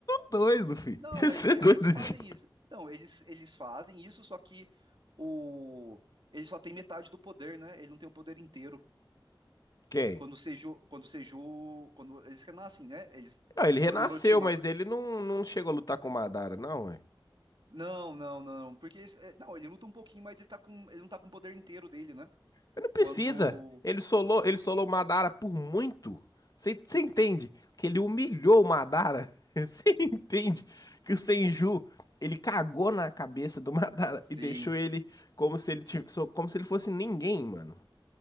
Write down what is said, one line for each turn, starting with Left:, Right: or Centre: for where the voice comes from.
Left: doido, fi.
Right: Não,
Left: <laughs> Ia ser
Right: eles, eles
Left: doido
Right: fazem
Left: de.
Right: isso. Então, eles, eles fazem isso, só que o ele só tem metade do poder, né? Ele não tem o poder inteiro.
Left: Quem?
Right: Quando o Seju, quando o Seju, quando eles renascem, né? Eles
Left: Não, ele renasceu,
Right: quando o Orochimaru.
Left: mas ele não, não chegou a lutar com o Madara, não, ué.
Right: Não, não, não, porque eles- é, não, ele luta um pouquinho, mas ele tá com ele não tá com o poder inteiro dele, né?
Left: Mas não precisa.
Right: Quando
Left: Ele solou, ele solou o Madara por muito. Você entende que ele humilhou o Madara? <laughs> Você entende que o Senju, ele cagou na cabeça do Madara e
Right: Sim.
Left: deixou ele como se ele tivesse, como se ele fosse ninguém, mano.